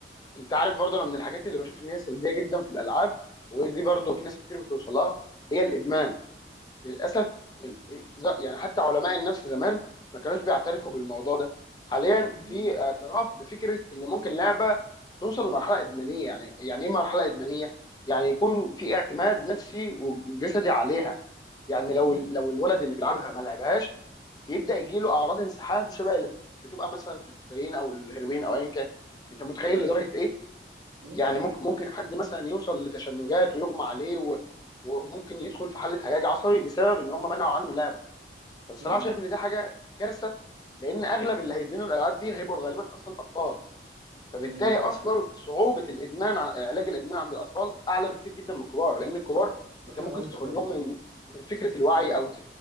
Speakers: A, on the left; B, on the right.
A: انت عارف برضه انا من الحاجات اللي بشوف ان هي سلبيه جدا في الالعاب ودي برضه في ناس كتير بتوصلها هي الادمان للاسف ال- ز- يعني حتى علماء النفس زمان ما كانوش بيعترفوا بالموضوع ده حاليا
B: مم.
A: في اعتراف بفكره ان ممكن لعبه توصل لمرحله ادمانيه يعني يعني ايه مرحله ادمانيه يعني يكون في اعتماد نفسي وجسدي عليها يعني لو
B: مم.
A: ال- لو الولد اللي بيلعبها ما لعبهاش بيبدا يجي له اعراض انسحاب شبه اللي بت- بتبقى مثلا في الكوكايين او الهيروين او ايا كان انت متخيل
B: ايوه
A: لدرجه ايه
B: مم.
A: يعني ممكن ممكن حد مثلا يوصل لتشنجات ويغمى عليه و- وممكن يدخل في حاله هياج عصبي بسبب ان هم منعوا عنه لعبه فبصراحه
B: مم.
A: شايف ان دي حاجه كارثه لان اغلب اللي هيدمنوا الالعاب دي هيبقوا غالبا اصلا اطفال فبالتالي
B: مم.
A: اصلا صعوبه الادمان ع- علاج الادمان عند الاطفال اعلى بكتير جدا من الكبار لان الكبار
B: فاهم
A: انت ممكن
B: قصدك
A: تدخل
B: اه
A: لهم من من فكره الوعي او ت...